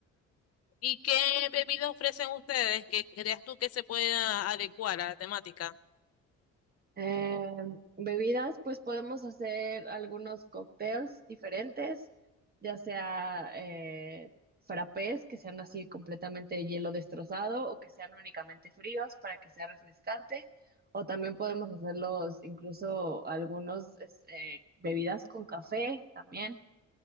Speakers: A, on the left; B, on the right.
A: ¿Y qué bebidas ofrecen ustedes que creas tú que se pueda adecuar a la temática?
B: Eh, bebidas, pues podemos hacer algunos cócteles diferentes, ya sea eh, frappés, que sean así completamente hielo destrozado o que sean únicamente fríos para que sea refrescante, o también podemos hacerlos incluso algunos es- eh, bebidas con café también.